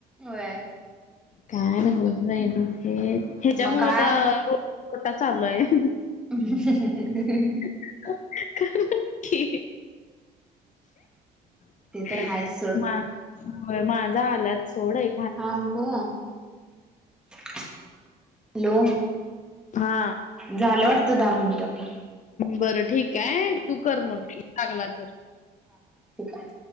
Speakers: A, in the centre; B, on the left.
A: होय <unintelligible>
B: काय होत नाही मग ते हच्यामुळे
A: मग काय
B: तर कुठं चालू आहे <unintelligible> <unintelligible>
A: <unintelligible> <unintelligible>
B: <unintelligible> <unintelligible> <unintelligible>
A: ते तर हाय सोड
B: मा आ माझा आलात सोड आहे
A: थांब हॅलो
B: हा
A: झालं वाटतं दहा मिनिट <unintelligible>
B: बरं ठीक आहे तू कर मग लागला तर
A: टिक <unintelligible>